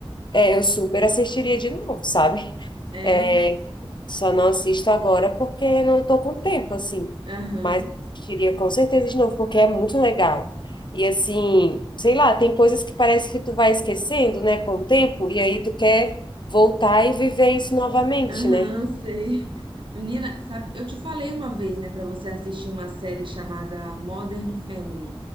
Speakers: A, on the left; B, on the right.
A: é, eu super assistiria de novo, sabe?
B: É,
A: É, só não assisto agora porque não estou com tempo, assim.
B: aham,
A: Mas assistiria com certeza de novo, porque é muito legal. E assim, sei lá, tem coisas que parece que tu vai esquecendo, né, com o tempo, e aí tu quer voltar e viver isso novamente,
B: aham, <laughs>
A: né?
B: sei. Menina, sabe, eu te falei uma vez, né, pra você assistir uma série chamada Modern Family,